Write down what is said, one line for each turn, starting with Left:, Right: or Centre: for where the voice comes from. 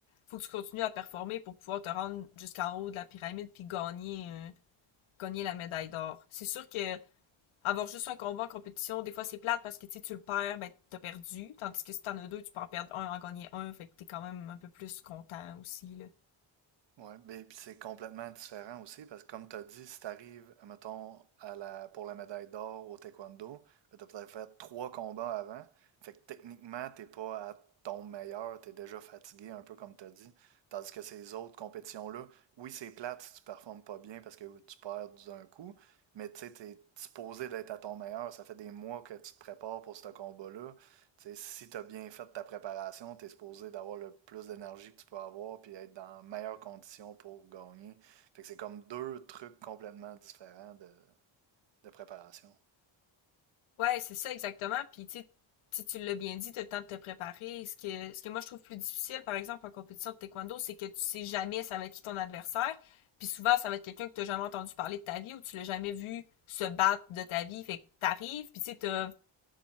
Left: faut que tu continues à performer pour pouvoir te rendre jusqu'en haut de la pyramide puis gagner, euh, gagner la médaille d'or. C'est sûr que avoir juste un combat en compétition, des fois c'est plate parce que tu sais, tu le perds, ben t'as perdu. Tandis que si t'en as deux, tu peux en perdre un, en gagner un, fait que t'es quand même un peu plus content aussi, là.
Right: Ouais, beh, puis c'est complètement différent aussi parce que comme tu as dit, si tu arrives, mettons, à la, pour la médaille d'or au taekwondo, ben, tu as peut-être fait trois combats avant. Fait que techniquement, t'es pas à ton meilleur, tu es déjà fatigué, un peu comme tu as dit. Tandis que ces autres compétitions-là, oui, c'est plate si tu performes pas bien parce que tu perds d'un coup, mais tu sais, tu es supposé d'être à ton meilleur. Ça fait des mois que tu te prépares pour ce combat-là. T'sais, si tu as bien fait ta préparation, tu es supposé d'avoir le plus d'énergie que tu peux avoir puis être dans les meilleures conditions pour gagner. Fait que c'est comme deux trucs complètement différents de, de préparation.
Left: Ouais, c'est ça exactement. Puis tu sais, si tu l'as bien dit, tu as le temps de te préparer. Ce que, ce que moi je trouve plus difficile, par exemple, en compétition de taekwondo, c'est que tu sais jamais ça va être qui ton adversaire. Puis souvent, ça va être quelqu'un que tu n'as jamais entendu parler de ta vie ou tu l'as jamais vu se battre de ta vie. Fait que t'arrives, puis tu sais, t'as